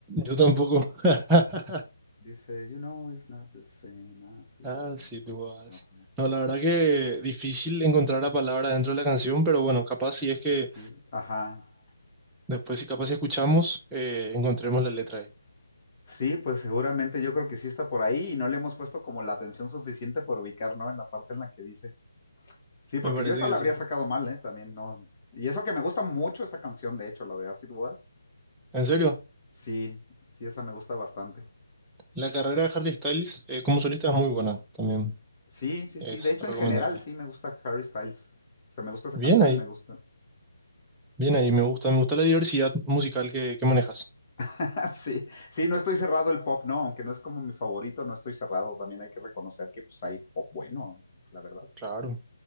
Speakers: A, in the centre; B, on the left.
A: Yo tampoco. <laughs>
B: Dice, you know, it's not the same as it
A: as
B: was.
A: it was
B: Ajá.
A: No, la verdad que difícil encontrar la palabra dentro de la canción, pero bueno, capaz si
B: I should
A: es que
B: give. Ajá.
A: después, si capaz si escuchamos, eh, encontremos la letra ahí.
B: Sí, pues seguramente yo creo que sí está por ahí y no le hemos puesto como la atención suficiente por ubicar, ¿no? En la parte en la que dice. Sí, porque
A: Me parece
B: yo esta
A: que
B: la habría
A: sí.
B: sacado mal, ¿eh? También, ¿no? Y eso que me gusta mucho esa canción, de hecho, la de Acid Was.
A: En serio,
B: Sí, sí, esa me gusta bastante.
A: la carrera de Harry Styles eh, como solista es muy buena también.
B: Sí, sí,
A: Es
B: sí. De hecho,
A: recomendable.
B: en general sí me gusta Harry Styles. O sea, me gusta esa
A: Bien
B: canción
A: ahí,
B: y me gusta.
A: bien ahí. Me gusta, me gusta la diversidad musical que, que manejas.
B: <laughs> Sí, sí, no estoy cerrado el pop, no, aunque no es como mi favorito, no estoy cerrado. También hay que reconocer que pues hay pop bueno, la verdad.
A: Claro.